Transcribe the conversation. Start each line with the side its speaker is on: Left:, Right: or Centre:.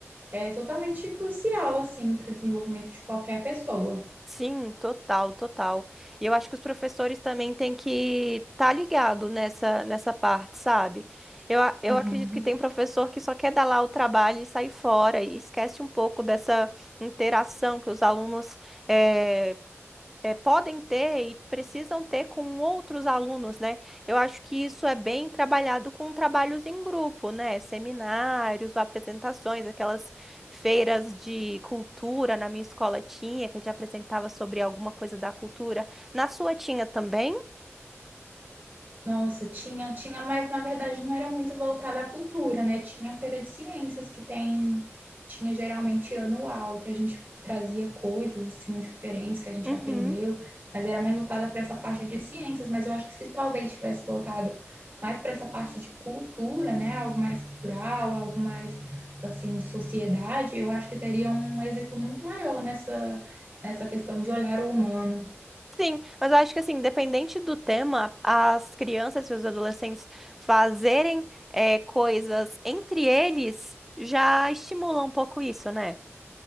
Right: é totalmente crucial, assim, para o desenvolvimento de qualquer pessoa.
Centre: Sim, total, total. E eu acho que os professores também têm que estar tá ligado nessa, nessa parte, sabe? Eu, a- eu
Right: Uhum.
Centre: acredito que tem professor que só quer dar lá o trabalho e sair fora e esquece um pouco dessa interação que os alunos eh, é, podem ter e precisam ter com outros alunos, né? Eu acho que isso é bem trabalhado com trabalhos em grupo, né? Seminários, apresentações, aquelas feiras de cultura na minha escola tinha, que a gente apresentava sobre alguma coisa da cultura. Na sua tinha também?
Right: Nossa, tinha, tinha, mas na verdade não era muito voltada à cultura, né? Tinha a Feira de Ciências que tem, tinha geralmente anual, que a gente trazia coisas assim diferentes que a gente
Centre: Uhum.
Right: aprendeu, mas era mais voltada para essa parte de ciências, mas eu acho que se talvez tivesse voltado mais para essa parte de cultura, né? Algo mais cultural, algo mais assim de sociedade, eu acho que teria um êxito muito maior nessa nessa questão de olhar o humano.
Centre: Sim, mas eu acho que assim, independente do tema, as crianças e os adolescentes fazerem eh, coisas entre eles já estimula um pouco isso, né?